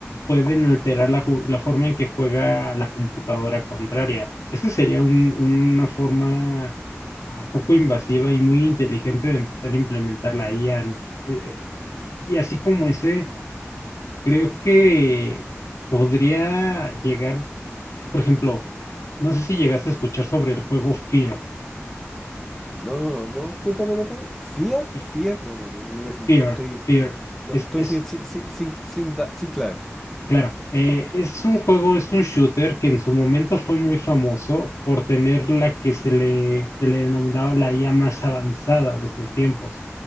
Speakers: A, on the left; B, in the centre.
A: pueden alterar la, ju- la forma en que juega la computadora contraria. Esa sería un- una forma ah, poco invasiva y muy inteligente de empezar a implementar la IA. Eh, eh, y así como ese, creo que podría llegar, por ejemplo, no sé si llegaste a escuchar sobre el juego Fear.
B: No, no, no, no, cuéntame, cuéntame. ¿Fear?
A: eh,
B: ¿Fear? No, no, no, me-
A: fear,
B: estoy
A: fear.
B: No,
A: Es,
B: estoy
A: es,
B: sin, sin, sin, sin, sin da- sin clave.
A: Claro, eh, es un juego, es un shooter que en su momento fue muy famoso por tener la que se le, se le denominaba la IA más avanzada de esos tiempos.